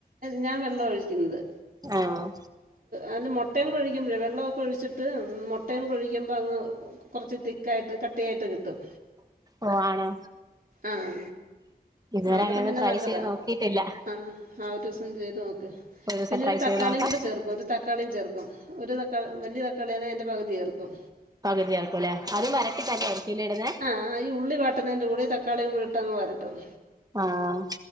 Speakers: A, on the right; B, on the right.
A: ഞാൻ വെള്ളവ ഒഴിക്കുന്നത്.
B: ആഹ്..
A: അതിന് മൊട്ടയും കൂടി ഒഴിക്കുമ്പഴേ വെള്ളംഒക്കെ ഒഴിച്ചിട്ട് മൊട്ടയും കൂടി ഒഴിക്കുമ്പോ അങ്ങ് കൊറച്ച് തിക്കായിട്ട് കട്ടിയായിട്ട് കിട്ടും.
B: ഓഹ്. ആണോ?
A: ആഹ്..
B: ഇതുവരെ
A: അന്നരം
B: അങ്ങനെയൊന്നും
A: പിന്നെ
B: ട്രൈ
A: നല്ലതാ.
B: ചെയ്ത് നോക്കിയിട്ടില്ല
A: ആഹ്. ആഹ്.. ഒരിവസം ചെയ്ത് നോക്ക്.
B: ഒരു ദിവസം
A: പിന്നെ
B: ട്രൈ
A: തക്കാളിയും
B: ചെയ്ത് നോക്കാം
A: കൂടെ ചേർക്കും. ഒരു തക്കാളിം ചേർക്കും. ഒരു തക്ക വലിയ തക്കാളിയാന്നെ അതിൻ്റെ പകുതി ചേർക്കും.
B: പകുതിഏർക്കും ല്ലെ. അതും വരട്ടി തന്നായിരിക്കില്ലെ ഇട്ന്നെ?
A: ആഹ്.. ഈ ഉള്ളി വ ട്ടതിന്റെ കൂടി തക്കാളിയും കൂടെഇട്ടങ്ങ് വരട്ടും
B: ആഹ